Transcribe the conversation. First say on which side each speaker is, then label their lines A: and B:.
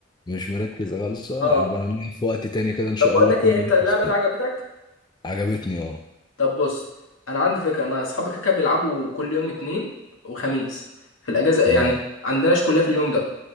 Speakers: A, on the left (about 20°); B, on the left (about 75°).
A: مش مركز خلصانه
B: اه
A: انا بقى في وقت تاني كده ان شاء
B: طب بقول
A: الله
B: لك
A: اكون
B: ايه انت
A: مركز
B: اللعبه
A: فيه
B: دي عجبتك
A: عجبتني اه
B: طب بص انا عندي فكره انا اصحابي كده كده بيلعبوا كل يوم اتنين وخميس في الاجازه
A: تمام
B: يعني عندناش كلها في اليوم ده